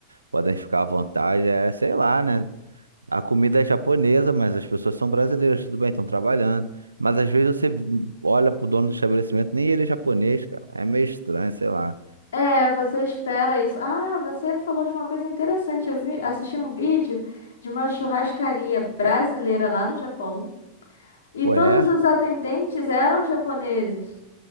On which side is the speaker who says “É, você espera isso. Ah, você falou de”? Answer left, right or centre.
Left